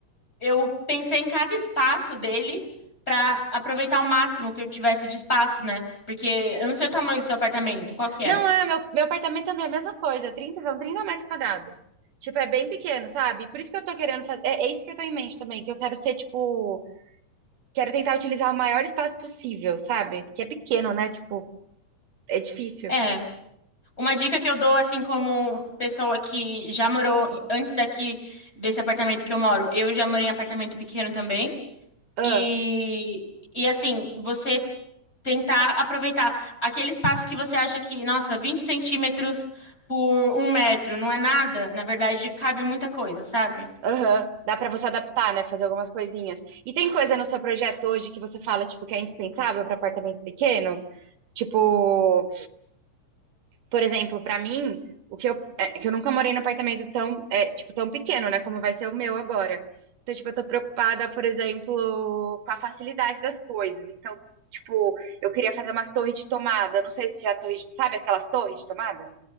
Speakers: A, on the left (about 20°); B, on the right (about 80°).
A: eu pensei em cada espaço dele pra aproveitar o máximo que eu tivesse de espaço, né? Porque eu não sei o tamanho do seu apartamento, qual que é?
B: Não, é, meu, meu apartamento também é a mesma coisa. trinta são 30 metros quadrados. Tipo, é bem pequeno, sabe? Por isso que eu tô querendo fazer. É, é isso que eu tô em mente também, que eu quero ser, tipo. Quero tentar utilizar o maior espaço possível, sabe? Porque é pequeno, né? Tipo, é difícil.
A: É, uma dica que eu dou, assim, como pessoa que já morou em- antes daqui desse apartamento que eu moro, eu já morei em apartamento pequeno também.
B: Ah,
A: E, e assim, você tentar aproveitar aquele espaço que você acha que, nossa, 20 centímetros por um metro não é nada, na verdade, cabe muita coisa, sabe?
B: aham. Dá pra você adaptar, né? Fazer algumas coisinhas. E tem coisa no seu projeto hoje que você fala, tipo, que é indispensável pra apartamento pequeno? Tipo. Por exemplo, pra mim, o que eu, é que eu nunca morei num apartamento tão, é, tipo, tão pequeno, né? Como vai ser o meu agora. Então, tipo, eu tô preocupada, por exemplo, com a facilidade das coisas. Então, tipo, eu queria fazer uma torre de tomada. Não sei se já é torre, de- sabe aquelas torres de tomada?